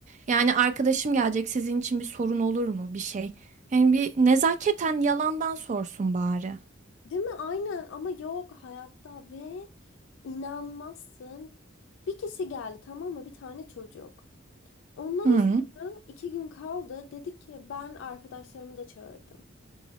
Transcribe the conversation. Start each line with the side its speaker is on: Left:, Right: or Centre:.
Right: Yani arkadaşım gelecek, sizin için bir sorun olur mu bir şey? Yani bir nezaketen yalandan sorsun bari.
Left: Değil mi? Aynen ama yok hayatta ve inanmazsın. Bir kişi geldi tamam mı? Bir tane çocuk. Ondan
Right: Hı.
Left: sonra iki gün kaldı. Dedik ki ben arkadaşlarımı da çağırdım.